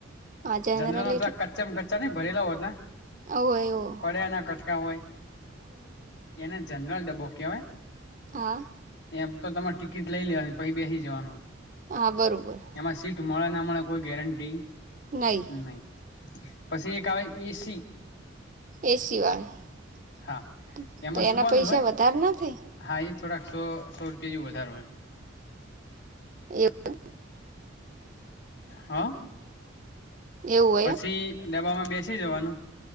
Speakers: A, on the right; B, on the left.
A: હા જનરલ
B: જંગલમા, પેલા કચ્ચા કચ્ચા ન ભરેલા હોત ને
A: ઓ હો
B: પડ્યાના કટકા હોય, એને જનરલ ડબ્બો કેવાય
A: હા
B: એ તો તમારે ટિકિટ લઈ લેવાની પછી, બેસી જવાનું
A: હા, બરોબર
B: એમાં સીટ મળે ના, મળે કોઈ ગેરંટી
A: નહીં
B: નહી, પછી એક આવે એસી
A: એસી વાળી,
B: હા એમાં
A: તો
B: સુવાનું
A: એના પૈસા
B: હોય
A: વધારે ના થાય
B: હા એ થોડાક, સો સો રૂપિયા જે વધારો હોય
A: એવું
B: હા
A: એવું એવું હોય
B: પછી,
A: એમ
B: ડબ્બામાં બેસી જવાનું